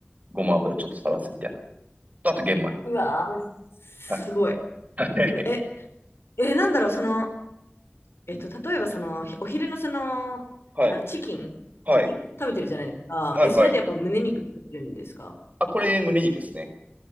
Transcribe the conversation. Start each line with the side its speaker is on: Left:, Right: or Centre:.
Right: ごま油ちょっとさらすみたいな。とあと玄米。
Left: うわー、すごい。
Right: はい。はい。
Left: すごい。え、え、なんだろう、その、えっと、例えばその、お昼のその、
Right: はい。
Left: あの、チキンに食べてるじゃないですか。
Right: はい。はい。
Left: え、それってやっぱ胸肉食べてるんですか
Right: はいあ、これ胸肉ですね。